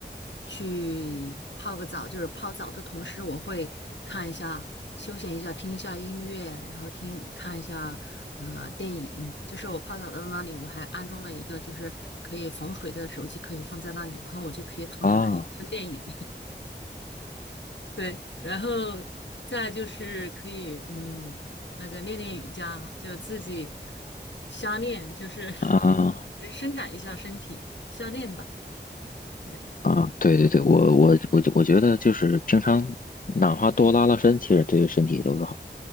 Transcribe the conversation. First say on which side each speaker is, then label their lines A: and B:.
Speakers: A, on the left (about 80°); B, on the left (about 50°).
A: 去泡个澡，就是泡澡的同时，我会看一下休闲一下，听一下音乐，然后听看一下呃电影。就是我泡澡的那里，我还安装了一个就是可以防水的手机，可以放在那里，然后我就可以躺着可以看电影。
B: 啊
A: 对，然后再就是可以，嗯，那个练练瑜伽，就自己瞎练，就是 <laughs>
B: 啊。
A: 就伸展一下身体，瞎练吧。对
B: 啊，对对对，我我我我觉得就是平常哪怕多拉拉伸，其实对身体都是好。